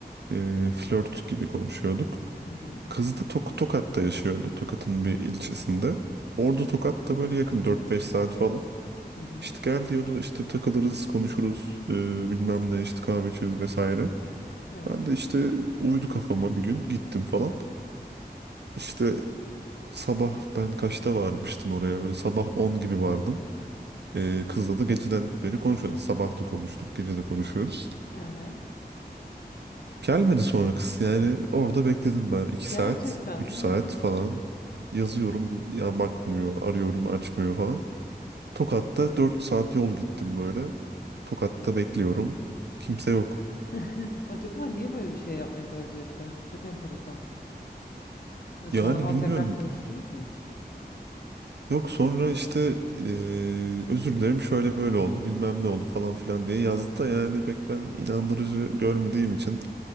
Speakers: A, on the right; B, on the left.
A: e, flört gibi konuşuyorduk.
B: Hı hı.
A: Kız da Tok Tokat'ta yaşıyordu. Tokat'ın bir ilçesinde. Ordu Tokat da böyle yakın dört beş saat falan.
B: Hı hı.
A: İşte gel diyordu işte takılırız konuşuruz e, bilmem ne işte kahve içeriz vesaire.
B: Evet.
A: Ben de işte uydu kafama bir gün gittim falan. İşte sabah ben kaçta varmıştım oraya böyle sabah 10 gibi vardım. E, kızla da geceden beri konuşuyoruz. Sabah da konuştuk gece de konuşuyoruz.
B: Evet.
A: Gelmedi sonra kız yani orada bekledim ben 2
B: Gerçekten
A: saat 3
B: mi?
A: saat falan yazıyorum ya bakmıyor arıyorum açmıyor falan. Tokat'ta 4 saat yol gittim böyle. Tokat'ta bekliyorum. Kimse yok.
B: <laughs> Acaba niye böyle bir şey yapmayı tercih etti? Çok enteresan. Ve Sonradan
A: Yani bilmiyorum.
B: tekrar konuştunuz mu hiç?
A: Yok sonra işte eee, özür dilerim şöyle böyle oldu bilmem ne oldu falan filan diye yazdı da yani pek ben inandırıcı görmediğim için